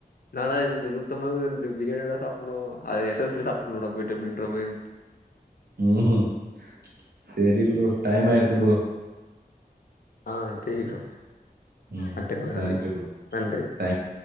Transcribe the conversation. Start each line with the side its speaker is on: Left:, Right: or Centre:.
Left: நா லா இது இந்த நூத்தம்பது ரூவா குடுத்து இந்த பிரியாணியாடா சாப்புனு அது எஸ் எஸ் ல சாப்ட்ருப்பனேடா போயிட்டு அப்டின்ற மாதிரி இருந்ச்சி
Right: ம் ம் செரி ப்ரோ டைம் ஆயிர்து ப்ரோ
Left: ஆ சேரி ப்ரோ
Right: ம்
Left: அடுத்த தடவ சந்திக்கலா
Right: நன்றி ப்ரோ
Left: நன்றி
Right: தேங்க்யூ